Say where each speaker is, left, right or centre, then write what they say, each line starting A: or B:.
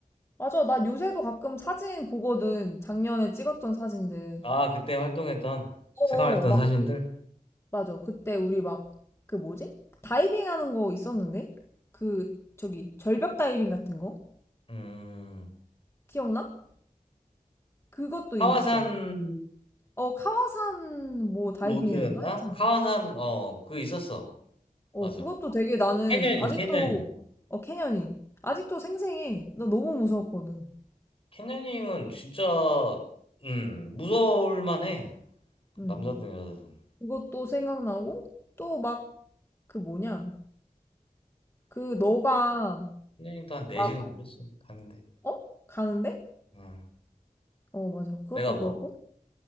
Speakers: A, on the left; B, on the left.
A: 맞아, 나 요새도 가끔 사진 보거든. 작년에 찍었던 사진들.
B: 아, 그때 활동했던
A: 어어,
B: 생활했던
A: 막,
B: 사진들?
A: 그- 맞아. 그때 우리 막, 그 뭐지? 다이빙 하는 거 있었는데? 그, 저기, 절벽 다이빙 같은 거?
B: 음.
A: 기억나? 그것도
B: 하와산
A: 있어. 어, 카와산 뭐 다이빙이었나?
B: 로드였나?
A: 하여튼
B: 하와산 어 그거 있었어.
A: 어,
B: 맞아.
A: 그것도 되게 나는
B: 캐녀닝,
A: 아직도,
B: 캐녀닝.
A: 어, 캐년이. 아직도 생생해. 나 너무 무서웠거든.
B: 캐녀닝은 진짜 음 무서울 만해.
A: 음
B: 남자든 여자든.
A: 그것도 생각나고, 또 막, 그 뭐냐. 그 너가
B: 캐녀닝도 한 4시간
A: 막,
B: 걸렸어. 가는데.
A: 어? 가는데?
B: 응.
A: 어, 맞아. 그것도
B: 내가 뭐?
A: 그렇고.